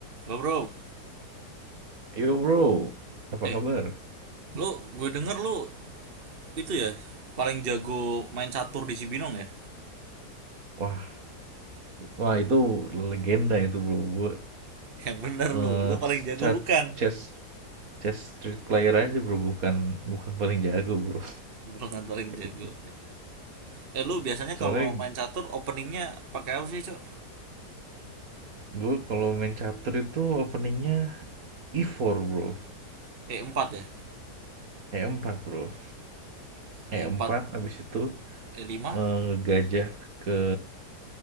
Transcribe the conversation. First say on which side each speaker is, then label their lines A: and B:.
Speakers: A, on the right; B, on the right.
A: Lo bro,
B: Hey, Yo bro, apa
A: eh,
B: kabar?
A: lo gue denger lo itu ya paling jago main catur di Cibinong ya?
B: Wah, wah itu legenda itu bro. Gue
A: <laughs> Yang bener
B: eh,
A: lo, lo paling jago
B: chat
A: bukan?
B: chess chess street player aja bro, bukan bukan paling jago bro.
A: Bukan paling
B: <laughs>
A: jago. Eh, lo biasanya
B: Soalnya
A: kalau main catur openingnya pakai apa sih, Cok?
B: gue kalau main catur itu openingnya E4 bro,
A: Eh, 4 ya?
B: E4 bro, E4
A: Eh, 4,
B: abis itu
A: eh 5?
B: eh, gajah ke